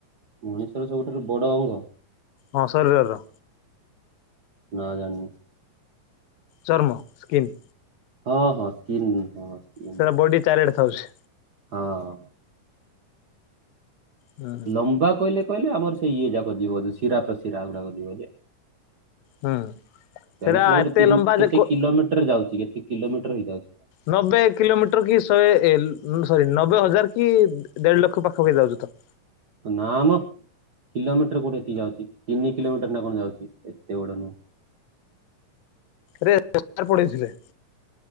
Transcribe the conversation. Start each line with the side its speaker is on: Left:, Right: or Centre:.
Right: ମଣିଷର ସବୁଠାରୁ ବଡ଼ ଅଙ୍ଗ।
Left: ହଁ ଶରୀର ର।
Right: ନା ଜାଣିନି।
Left: ଚର୍ମ ସ୍କିନ୍।
Right: ହଁ ହଁ ସ୍କିନ୍ କଣ ସ୍କିନ୍।
Left: ସେଇଟା ବଡି ଚାରି ଆଡ଼େ ଖାଉଛି।
Right: ହଁ।
Left: ହୁଁ
Right: ଲମ୍ବା କହିଲେ କହିଲେ ଆମର ସେଇ ଇଏ ଯାକ ଯିବ ଯୋଉ ଶିରା ପ୍ରଶି ଶିରା ଉଡାକ ଯିବଯେ କାଇଁକିନା
Left: ହୁଁ ସେଟା
Right: ସେଇଡା ଗୋଟେ
Left: ଏତେ
Right: ତି
Left: ଲମ୍ବା
Right: କେତେ
Left: ଯେ କୋ
Right: କିଲମି ଟରେ ଯାଉଛି କେତେ କିଲୋମିଟର ହିଁ ଯାଉଛି।
Left: ନବେ କିଲୋମିଟର କି ଶହେ ଏ ସରି ନବେ ହଜାର କି ଦେଢ ଲକ୍ଷ ପାଖା ପାଖି ଯାଉଛୁ ତ।
Right: ନା ମ କିଲୋମିଟର କୋଉଠି ଏତିକି ଯାଉଛି ତିନି କିଲୋମିଟର ନା କଣ ଯାଉଛି ଏତେ ଗୁଡା ନୁହଁ।
Left: ରେ <inaudible> ପଢେଇଥିଲେ।